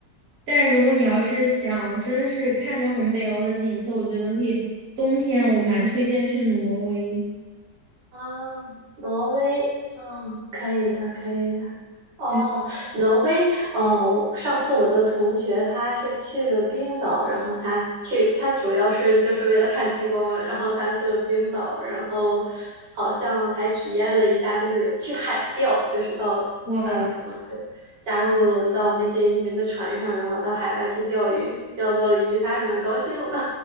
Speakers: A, on the right; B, on the right.
A: 但如果你要是想真的是看着很北欧的景色，我觉得可以冬天我蛮推荐去挪威，
B: 啊，挪威，嗯，可以的，可以的。哦，
A: 对
B: 挪威，哦，上次我的同学他是去了冰岛，然后他去，他主要是就是为了看极光嘛然后他去了冰岛，然后好像还体验了一下，就是去海钓，就是到呃，
A: 哇，
B: 可能是加入到那些渔民的船上，然后到海外去钓鱼，钓到了鱼，他还蛮高兴的。